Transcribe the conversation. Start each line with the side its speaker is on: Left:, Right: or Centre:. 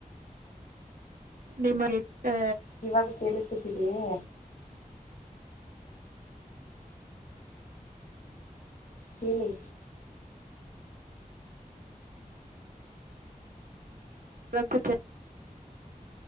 Right: ನಿಮಗೆ ಆ,
Left: ಇವಾಗ ಕೇಳಿಸುತ್ತಿದೇಯೇ. ಹೇಳೇಳಿ
Right: ರಪ್ಪು